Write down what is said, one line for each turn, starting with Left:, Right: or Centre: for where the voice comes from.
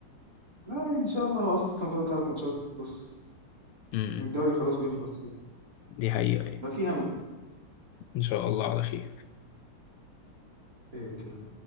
Right: لا يعني ان شاء الله هو اصلا فاضل ثلاث ماتشات بس
Left: امم
Right: من الدوري خلاص بيخلص
Left: دي حقيقة يعني.
Right: ففي امل
Left: ان شاء الله على خير
Right: خير كده